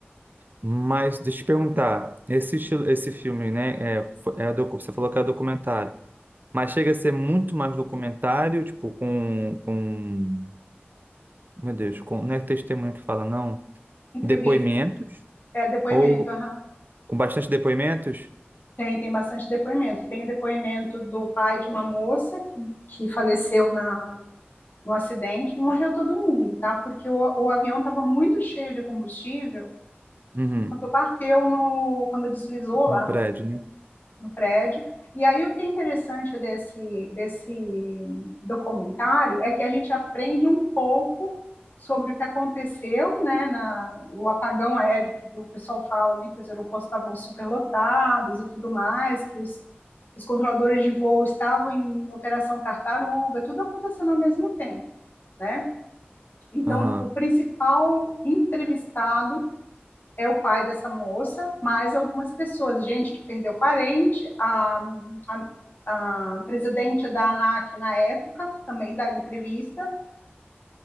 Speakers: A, on the right; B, on the left.
A: mas deixa eu te perguntar, esse estilo, esse filme, né, é, fo- é docu- você falou que é documentário, mas chega a ser muito mais documentário, tipo, com, com, meu Deus, com, não é testemunho que fala, não,
B: Entrevistas,
A: depoimentos,
B: é depoimento,
A: ou
B: uhum.
A: com bastante depoimentos?
B: Tem, tem bastante depoimento. Tem o depoimento do pai de uma moça que, que faleceu na, no acidente, morreu todo mundo, tá? Porque o, o avião estava muito cheio de combustível
A: Uhum.
B: quando bateu no, quando deslizou lá
A: No prédio,
B: no,
A: né?
B: no prédio. E aí o que é interessante desse desse documentário é que a gente aprende um pouco sobre o que aconteceu, né, na, o apagão aéreo que o pessoal fala, né, que os aeroportos estavam superlotados e tudo mais, que os, os controladores de voo estavam em operação tartaruga, tudo acontecendo ao mesmo tempo, né? Então,
A: Aham,
B: o principal entrevistado é o pai dessa moça, mais algumas pessoas, gente que perdeu parente, a, a, a presidente da ANAC na época também dá entrevista.